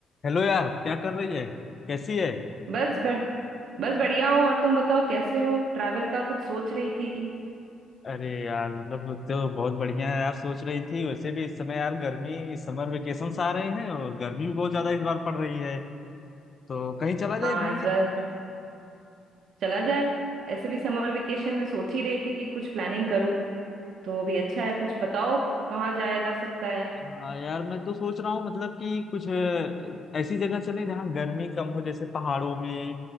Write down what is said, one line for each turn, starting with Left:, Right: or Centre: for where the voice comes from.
Left: Hello यार क्या कर रही है कैसी है
Right: बस बस बस बढ़िया हो और तुम बताओ कैसे हो ट्रैवल का कुछ सोच रही थी
Left: अरे यार मतलब तो बहुत बढ़िया है यार सोच रही थी वैसे भी इस समय यार गर्मी इस समर वेकेशन आ रहे हैं और गर्मी भी बहुत ज्यादा इस बार पड़ रही है तो कहीं चला जाए
Right: हाँ
Left: घूमने
Right: इस बार चला जाए ऐसे भी समर वेकेशन में सोच ही रही थी कि कुछ प्लानिंग करूँ तो अभी अच्छा है कुछ बताओ कहाँ जाया जा सकता है
Left: हाँ यार मैं तो सोच रहा हूँ मतलब कि कुछ अ, ऐसी जगह चले जहाँ गर्मी कम हो जैसे पहाड़ों में